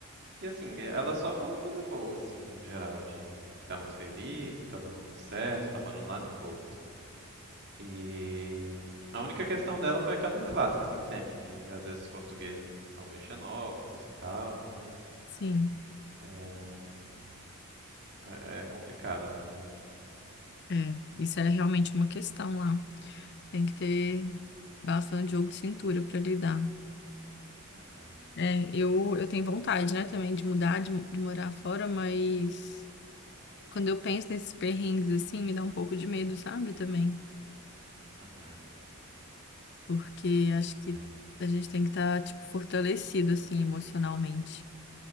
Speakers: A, on the right; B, on the left.
A: E assim, é, ela só falou coisa boa assim, no geral, de que tá muito feliz, que tá dando muito certo, tá morando lá no Porto. E a única questão dela foi aquela clássica assim de sempre, que às vezes os portugueses são meio xenófobos e tal, mas
B: Sim.
A: é, é- é complicado assim, né?
B: É, isso é realmente uma questão lá. Tem que ter bastante jogo de cintura para lidar.
A: Uhum,
B: É, eu, eu tenho vontade, né, também de mudar, de, de morar fora, mas quando eu penso nesses perrengues assim, me dá um pouco de medo, sabe, também.
A: uhum,
B: Porque acho que
A: é,
B: a gente tem que estar, tipo, fortalecido, assim, emocionalmente.